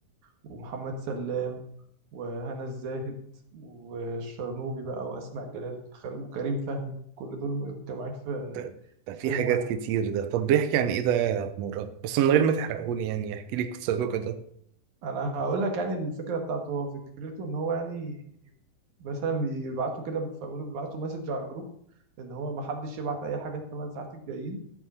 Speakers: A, on the right; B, on the right.
A: ومحمد سلام وهنا الزاهد والشرنوبي بقى واسماء جلال خل- وكريم فهمي كل دول متجمعين في
B: ده ده
A: في
B: في
A: فيلم
B: حاجات
A: واحد
B: كتير ده طب بيحكي عن ايه ده يا عمورة بس من غير ما تحرقهولي يعني احكي لي قصته كده
A: انا هقول لك يعني الفكره بتاعته هو فكرته ان هو يعني مثلا بيبعتوا كده في اوله بيبعتوا مسج على الجروب ان هو ما حدش يبعت اي حاجه الثمان ساعات الجايين